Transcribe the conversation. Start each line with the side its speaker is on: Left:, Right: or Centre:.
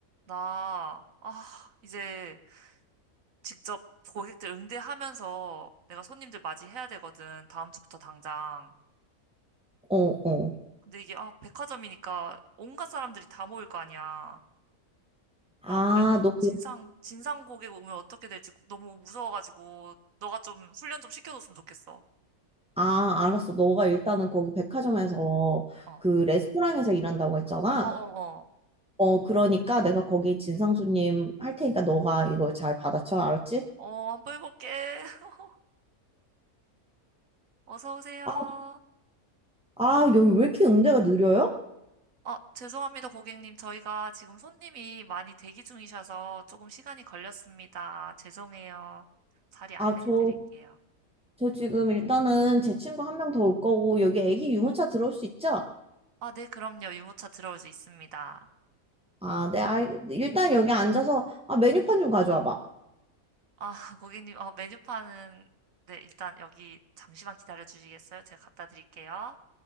Right: 나, 아, 이제 직접 고객들 응대하면서 내가 손님들 맞이해야 되거든. 다음 주부터 당장.
Centre: 어, 어.
Right: 근데 이게, 아, 백화점이니까 온갖 사람들이 다 모일 거 아니야.
Centre: 아,
Right: 나 그래서
Centre: 너, 그-
Right: 진상, 진상 고객 오면 어떻게 될지 너무 무서워가지고, 너가 좀 훈련 좀 시켜줬으면 좋겠어.
Centre: 아, 알았어. 너가 일단은 거기 백화점에서
Right: 어, 어어어.
Centre: 그 레스토랑에서 일한다고 했잖아.
Right: 어, 어,
Centre: 어, 그러니까 내가 거기 진상 손님 할 테니까 너가 이거 잘 받아쳐. 알았지?
Right: 어, 어, 한번 해볼게. <laughs> 어서 오세요.
Centre: 아, 아, 여기 왜 이렇게 응대가 느려요?
Right: 아, 죄송합니다, 고객님. 저희가 지금 손님이 많이 대기 중이셔서 조금 시간이 걸렸습니다. 죄송해요. 자리 안내해
Centre: 아, 저,
Right: 드릴게요.
Centre: 저 지금 일단은 제 친구 한 명 더 올 거고, 여기 애기 유모차 들어올 수 있죠?
Right: 아, 네, 그럼요. 유모차 들어올 수 있습니다.
Centre: 아, 네, 알, 일단 여기 앉아서, 아, 메뉴판 좀 가져와 봐.
Right: 아, <laughs> 고객님, 어, 메뉴판은, 네, 일단 여기 잠시만 기다려 주시겠어요? 제가 갖다 드릴게요.